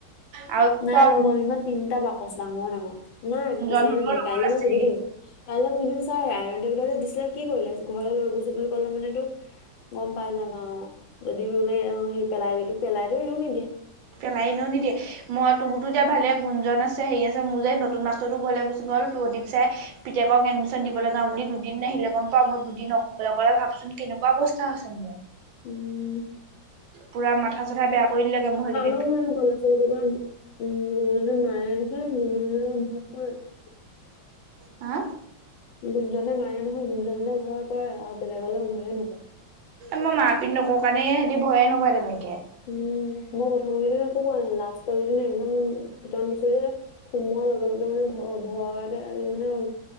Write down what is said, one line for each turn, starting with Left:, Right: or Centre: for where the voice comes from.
Right: আৰু
Left: নাই
Right: চব
Left: লগৰ ইমান তিনটা বাকচ ডাঙৰ- ডাঙৰ। নাই
Right: লগত
Left: বিচাৰিয়ে নাপালো। কাইলৈ
Right: আছে
Left: মই সুধি দিম। কাইলৈ মই দিম চাৰ আইৰন টেবলেট যে দিছিলে কি কৰিলে? ঘৰ লৈ গৈছো বুলি কলে মানে তো। গম পাই যাম আৱ। যদি বোলে এওঁ সেই পেলাই দিলো। পেলাই টো ইও নিদিয়ে।
Right: পেলাই এনেও নিদিয়ে। মই তুৰতো এতিয়া ভালে গুণজন আছে হেই আছে মো যে নতুন মাষ্টৰতো ঘৰলে গৈছো। গ'ল প্ৰদীপ চাই পিতেকক এডমিশ্যন দিবলৈ যাও বুলি দুদিন নাহিলে গম পাৱ? মই দুদিন অকলে অকলে ভাবছো। কেনেকুৱা অৱস্থা আছে মো।
Left: উম
Right: পুৰা মাথা চাথা বেয়া কৰি দি লেগে মোক সেইকিদি।
Left: <unintelligible> <unintelligible>
Right: হা।
Left: গুনজনে মাৰে নহয় গুণজনলৈ ভয় কৰে আৰু বেলেগলৈ ভয়ে নকৰে।
Right: মই মা পিত নকৰো কাৰণে সিহতি ভয়ে নকয় তেনে
Left: উম। মই প্ৰথম কেইদিন একো কোৱা নাই লাষ্ট কেইদিন একদম পিতন দিছো যে। সোমোৱাৰ লগে লগে মানে ভ ভৰাতে মানে অ